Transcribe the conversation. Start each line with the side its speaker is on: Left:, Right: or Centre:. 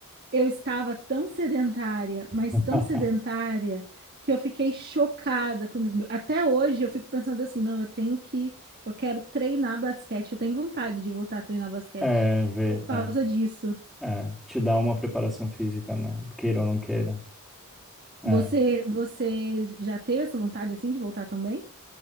Right: eu estava tão sedentária, mas
Centre: <laughs>
Right: tão sedentária, que eu fiquei chocada comigo. Até hoje eu fico pensando assim, não, eu tenho que, eu quero treinar basquete, eu tenho vontade de voltar a treinar basquete
Centre: É, vê,
Right: por causa
Centre: é.
Right: disso.
Centre: É, te dá uma preparação física, né? Queira ou não queira. É,
Right: Você, você já teve essa vontade assim de voltar também?